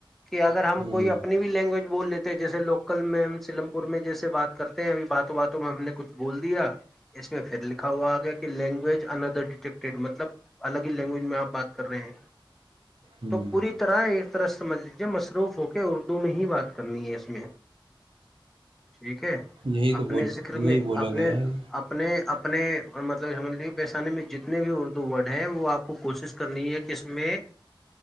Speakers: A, in the centre; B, on the right.
A: کہ اگر ہم
B: ہوں
A: کوئی اپنی بھی لینگویج بولےتےے جیے لو کل میں ہم سلم پور میں جیسے بات کرتے ہیں ابھی باتوں باتوں میں ہم نے کچھ بول دیا اس میں پھر لکھا ہوا آ گیا کہ لینگویج اندر ڈٹیکٹیڈ مطلب الگ ہی لینگویج میں آپ بات کر رہے ہیں
B: ہوں
A: تو پوری طرح ہے طرح سمجھ مصروف ہو کے اردو میں ہی بات کرنی ہے اس میں ٹھیک ہے
B: یہی تو
A: اپنے
B: بول
A: ذکر
B: یہی
A: میں
B: بولا
A: اپنے
B: گیا ہے
A: اپنے اپ اپنے اور مطلب سمجھ لج پیشانے میں جتنے بھی اردو ورڈ ہیں وہ آپ کو کوشش کرنی ہے کہ اس میں